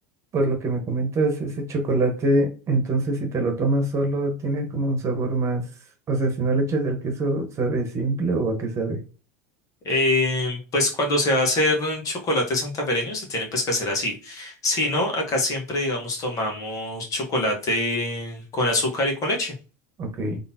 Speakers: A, on the right (about 35°); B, on the left (about 40°).
A: Por lo que me comentas, ese chocolate, entonces si te lo tomas solo, tiene como un sabor más, o sea, si no le echas el queso, ¿sabe simple o a qué sabe?
B: Eh, pues cuando se va a hacer un chocolate santafereño se tienen pues que hacer así. Si no, acá siempre, digamos, tomamos chocolate con azúcar y con leche.
A: Ok.